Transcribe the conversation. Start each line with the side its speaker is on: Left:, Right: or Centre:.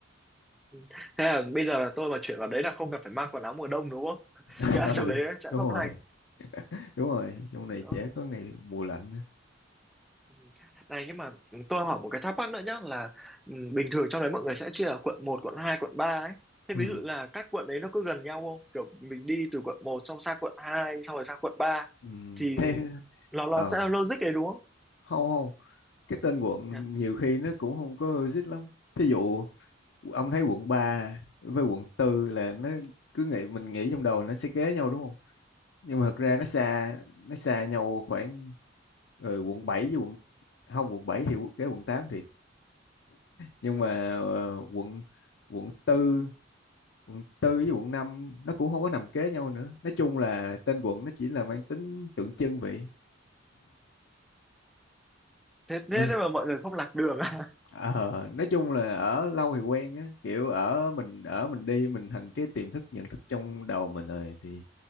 Centre: Ừ. Thế là bây giờ là tôi mà chuyển vào đấy là không cần phải mang quần áo mùa đông đúng không? <laughs>
Left: <laughs>
Centre: Nghĩa là trong
Left: ừ
Centre: đấy sẽ
Left: đúng
Centre: không
Left: rồi
Centre: lạnh.
Left: đúng rồi trong
Centre: Ừ,
Left: này
Centre: ok.
Left: chả có ngày mùa lạnh nữa
Centre: Ừ. Này nhưng mà tôi hỏi một cái thắc mắc nữa nhá là ừ, bình thường trong đấy mọi người sẽ chia là quận một quận hai quận 3 ấy. Thế
Left: ừ,
Centre: ví dụ là các quận đấy nó có gần nhau không? Kiểu mình đi từ quận một xong sang quận 2 xong rồi sang quận 3
Left: ừ.
Centre: thì
Left: thế
Centre: nó nó
Left: ờ
Centre: sẽ là logic đấy đúng không?
Left: không không cái tên quận
Centre: Dạ.
Left: nhiều khi nó cũng không có logic lắm thí dụ ông thấy quận 3 với quận tư là nó cứ nghĩ mình nghĩ trong đầu nó sẽ kế nhau đúng không nhưng mà thật ra
Centre: Ừ.
Left: nó xa nó xa nhau khoảng rồi quận 7 với quận không quận 7 thì kế quận 8 thiệt nhưng mà ờ, quận quận tư quận tư với quận 5 nó cũng không có nằm kế nhau nữa nói chung là tên quận nó chỉ là mang tính tượng trưng vậy
Centre: Thế thế
Left: Ừ.
Centre: thế mà mọi người không lạc đường <laughs> à?
Left: Ờ, nói chung là ở lâu thì quen á kiểu ở mình ở mình đi mình thành cái tiềm thức nhận thức trong đầu mình rồi thì